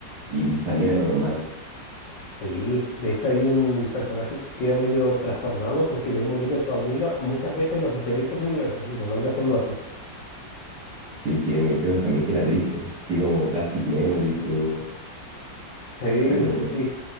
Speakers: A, on the right; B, on the left.
A: y se salía de lo normal.
B: Sí, de hecho hay un personaje que queda medio trastornado porque ve morir a su amiga muchas veces en los diferentes universos y no logra saludarla.
A: Sí, sí, me dijeron también que era triste, así como Plastic Memories o
B: Sí,
A: alguna
B: sí,
A: cosa
B: sí.
A: así.